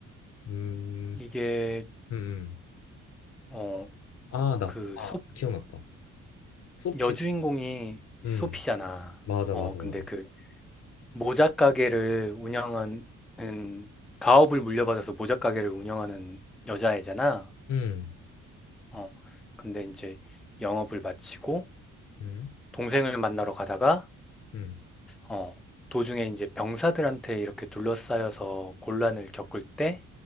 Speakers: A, on the left; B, in the centre.
A: 음,
B: 이게,
A: 음, 음.
B: 어,
A: 아, 나,
B: 그,
A: 아,
B: 소,
A: 기억났다. 소피다.
B: 여주인공이
A: 음,
B: 소피잖아.
A: 맞아,
B: 어,
A: 맞아,
B: 근데
A: 맞아.
B: 그, 모자 가게를 운영한 음, 가업을 물려받아서 모자 가게를 운영하는 여자애잖아.
A: 음,
B: 어. 근데 이제 영업을 마치고
A: 음,
B: 동생을 만나러 가다가
A: 음,
B: 어, 도중에 이제 병사들한테 이렇게 둘러싸여서 곤란을 겪을 때